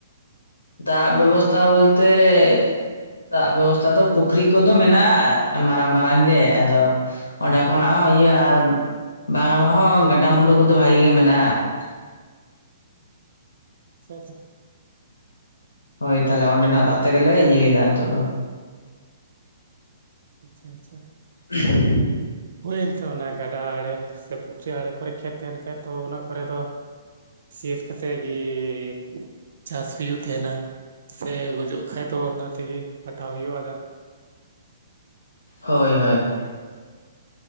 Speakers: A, on the left; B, on the right.
A: ᱫᱟᱜ ᱵᱮᱵᱚᱥᱛᱟ ᱵᱚᱞᱛᱮᱸᱸ ᱫᱟᱜ ᱵᱮᱵᱚᱥᱛᱟ ᱫᱚ ᱯᱩᱠᱷᱨᱤ ᱠᱚᱫᱚ ᱢᱮᱱᱟᱜᱼᱟ ᱢᱟᱨᱟᱝ ᱢᱟᱨᱟᱝ ᱜᱮ ᱟᱫᱚ ᱚᱸᱰᱮ ᱠᱷᱚᱱᱟᱜ ᱦᱚᱸ ᱤᱭᱟᱹ ᱟᱨ ᱵᱟᱝ ᱨᱮᱦᱚᱸ ᱜᱟᱰᱟᱼᱢᱩᱰᱩ ᱠᱚᱫᱚ ᱵᱷᱟᱜᱮ ᱜᱮ ᱢᱮᱱᱟᱜᱼᱟ᱾ <inaudible>
B: <unintelligible>
A: ᱦᱳᱭ ᱛᱟᱦᱞᱮ ᱚᱸᱰᱮᱱᱟᱜ ᱫᱟᱜ ᱛᱮᱜᱮᱞᱮ ᱤᱭᱟᱹᱭᱮᱫᱟ ᱱᱤᱛᱳᱜ ᱫᱚ᱾
B: ᱟᱪᱪᱷᱟ ᱟᱪᱪᱷᱟ
A: <inaudible>
B: ᱦᱩᱭᱳᱱᱛᱮ ᱚᱱᱟ ᱜᱟᱰᱟ ᱟᱬᱮ ᱥᱮ ᱯᱩᱠᱷᱨᱤ ᱟᱲᱮ ᱠᱚᱨᱮ ᱠᱷᱮᱛ ᱛᱟᱦᱮᱱ ᱠᱷᱟᱡ ᱛᱚ ᱚᱱᱟ ᱠᱚᱨᱮ ᱫᱚ ᱥᱤᱭᱟᱹᱛ ᱠᱟᱛᱮᱫ ᱜᱮᱸ ᱪᱟᱥ ᱦᱩᱭᱩᱜ ᱛᱟᱦᱮᱱᱟ ᱥᱮ ᱜᱚᱡᱚᱜ ᱠᱷᱟᱡ ᱫᱚ ᱚᱱᱟ ᱛᱮᱜᱮ ᱯᱟᱴᱟᱣ ᱦᱩᱭᱩᱜᱼᱟ ᱫᱟᱜ
A: ᱦᱳᱭ ᱦᱳᱭ